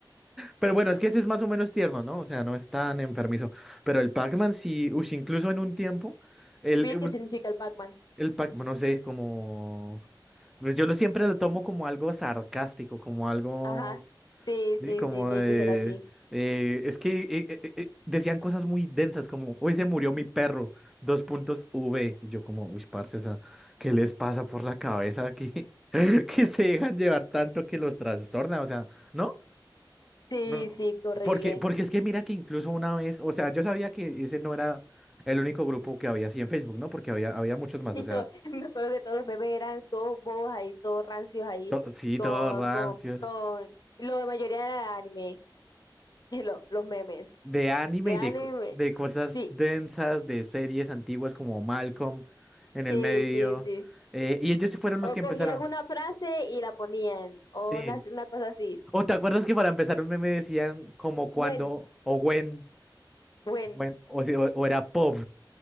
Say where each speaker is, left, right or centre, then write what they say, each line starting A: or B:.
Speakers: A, in the centre; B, on the left.
A: pero bueno, es que ese es más o menos tierno, ¿no? O sea, no es tan enfermizo. Pero el Pac-Man sí, uy, incluso en un tiempo, el,
B: Oye,
A: eh,
B: ¿qué
A: pues,
B: significa el Pac-Man?
A: el Pac-Man, no sé, como... Pues yo lo siempre lo tomo como algo sarcástico, como algo...
B: Ajá. Sí, sí,
A: Sí, como
B: sí, tiene
A: de...
B: que ser así.
A: eh, es que eh, eh, eh, eh, decían cosas muy densas, como, hoy se murió mi perro, dos puntos V. Y yo como, uy, parce, o sea, ¿qué les pasa por la cabeza aquí? <laughs> Que se dejan llevar tanto que los trastorna, o sea, ¿no?
B: Sí,
A: No.
B: sí, qué horrible.
A: Porque, porque es que mira que incluso una vez, o sea, yo sabía que ese no era el único grupo que había así en Facebook, ¿no? Porque había, había muchos más,
B: Y
A: o sea,
B: todo, <laughs> me acuerdo que todos los memes eran todos bobos ahí, todos rancios ahí,
A: to- sí,
B: con,
A: todos rancios.
B: con, con, la mayoría era anime, <laughs> lo- los memes
A: de anime
B: de
A: y
B: anime.
A: de, co- de cosas
B: Sí,
A: densas, de series antiguas como Malcolm en
B: sí,
A: el medio.
B: sí, sí.
A: eh, y ellos sí fueron los
B: O
A: que empezaron.
B: cogía alguna frase y la ponían, o
A: Sí.
B: una, una cosa así.
A: ¿O te acuerdas que para empezar un meme decían como cuando
B: Buen,
A: o when,
B: buen,
A: when o, si- o- o era pop